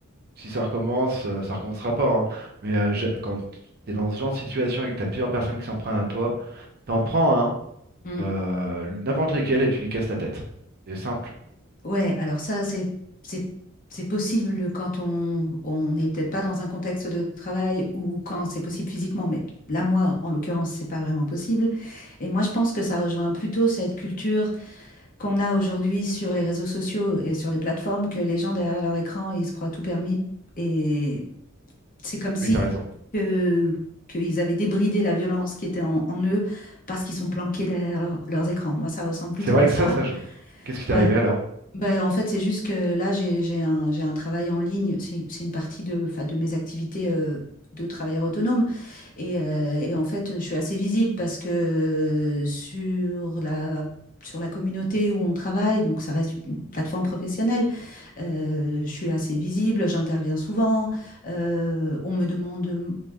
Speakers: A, on the right; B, on the left.
A: si ça recommence, euh, ça recommencera pas, hein. mais euh, j'ai- quand t'es dans ce genre de situation et que t'as plusieurs personnes qui s'en prennent à toi, t'en prends un,
B: Hmm.
A: euh, n'importe lequel, et tu lui casses la tête. C'est simple.
B: Ouais, alors ça, c'est, c'est, c'est possible quand on, on n'est peut-être pas dans un contexte de travail ou quand c'est possible physiquement, mais là, moi, en l'occurrence, c'est pas vraiment possible. Et moi, je pense que ça rejoint plutôt cette culture qu'on a aujourd'hui sur les réseaux sociaux et sur les plateformes, que les gens derrière leur écran, ils se croient tout permis. Et c'est comme si
A: Oui, t'as raison.
B: que, qu'ils avaient débridé la violence qui était en, en eux parce qu'ils sont planqués derrière leur- leurs écrans. Moi, ça ressemble plutôt
A: C'est vrai
B: à ça.
A: que ça, ça joue. Et Qu'est-ce qui t'est
B: Ouais.
A: arrivé alors?
B: Ben, en fait, c'est juste que là, j'ai, j'ai un, j'ai un travail en ligne. C'est, c'est une partie de, enfin, de mes activités euh, de travailleur autonome. Et, euh, et en fait, je suis assez visible parce que sur la, sur la communauté où on travaille, donc ça reste une plateforme professionnelle, euh, je suis assez visible, j'interviens souvent, euh, on me demande